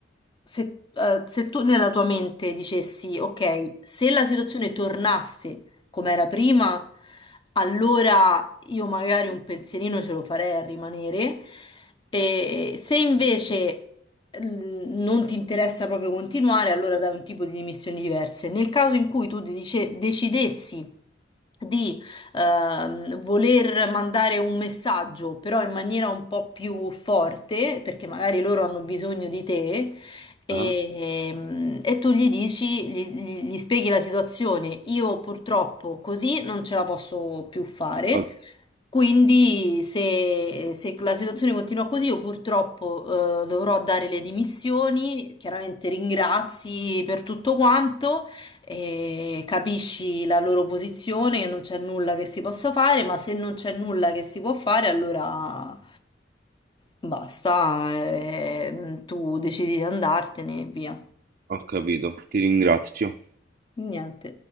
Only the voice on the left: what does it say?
se, eh, se tu nella tua mente dicessi, ok, se la situazione tornasse come era prima, allora io magari un pensierino ce lo farei a rimanere. E se invece l- non ti interessa proprio continuare, allora dai un tipo di dimissioni diverse. Nel caso in cui tu dice- decidessi di ehm, voler mandare un messaggio, però in maniera un po' più forte, perché magari loro hanno bisogno di te. E,
e tu gli dici, gli, gli- gli spieghi la situazione. Io purtroppo così non ce la posso più fare.
Quindi se, se la situazione continua così, io purtroppo eh, dovrò dare le dimissioni, chiaramente ringrazi per tutto quanto, eh, capisci la loro posizione, che non c'è nulla che si possa fare, ma se non c'è nulla che si può fare, allora basta, eh, tu decidi di andartene e via.
Niente.